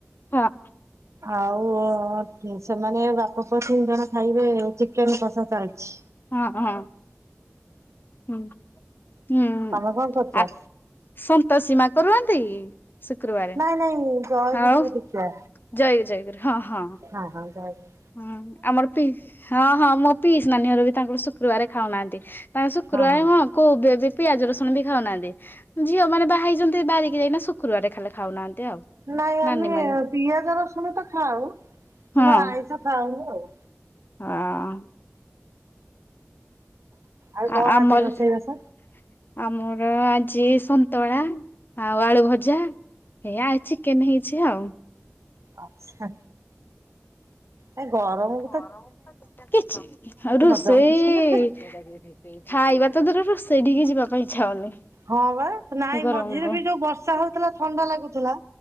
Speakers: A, on the left (about 45°); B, on the right (about 80°).
A: ହଁ।
B: ଆଉ ସେମାନେ ବାପ ପୁଅ ତିନି ଜଣ ଖାଇବେ ଚିକେନ୍ କସା ଚାଲିଛି।
A: ହଁ ହଁ। ହୁଁ ହୁଁ
B: ତମେ କଣ କରୁଛ?
A: ଆ ସନ୍ତୋସି ମା କରନ୍ତି? ଶୁକ୍ରବାରେ
B: ନାଇଁ ନାଇଁ ଜୟଗୁରୁ
A: ଆଉ
B: ଦୀକ୍ଷା
A: ଜୟ ଜୟ ଗୁରୁ ହଁ ହଁ।
B: ହଁ ହଁ ଜୟ ଗୁରୁ
A: ହଁ ଆମର ପି ହଁ ହଁ ମୋ ପିସି ନାନୀ ଘର ବି ତାଙ୍କର ଶୁକ୍ରବାର ଖାଉନାହାନ୍ତି। ତାଙ୍କେ ଶୁକ୍ରବାର
B: ହଁ ହଁ।
A: କଣ କୋଉ ବେ ବି ପିଆଜ ରସୁଣ ବି ଖାଉନାହାନ୍ତି। ଝିଅ ମାନେ ବାହା ହେଇଛନ୍ତି <unintelligible> ଶୁକ୍ରବାରେ ଖାଲି ଖାଉ ନାହାନ୍ତି ଆଉ।
B: ନାଇ
A: ନାନୀ
B: ଆମେ
A: ମାନେ।
B: ପିଆଜ ରସୁଣ ତ ଖାଉ କିନ୍ତୁ
A: ହଁ
B: ଆଇଁଷ ଖାଉନୁ ଆଉ।
A: ହଁ <unintelligible>
B: ଆଉ କଣ ଆଜି ରୋଷେଇବାସ?
A: ଆମର ଆଜି ସନ୍ତୁଳା ଆଉ ଆଳୁ ଭଜା, ଏ ଆଜି ଚିକେନ୍ ହେଇଛି ଆଉ।
B: ଆଛା ଏ ଗରମ,
A: ଗରମ୍ ତ କିଛି ରୋଷେଇ,
B: ହଜମ କରୁଛନ୍ତି।
A: ଖାଇବା ତ ଦୂରର ସେଇଠି କି ଯିବା ପାଇଁ ଇଚ୍ଛା ହଉନି,
B: ହଁ ବା ନାଇଁ
A: ଏ ଗରମକୁ
B: ମୋଝିରେ ରେ ବି ଯୋଉ ବର୍ଷା ହଉଥିଲା ଥଣ୍ଡା ଲାଗୁଥିଲା,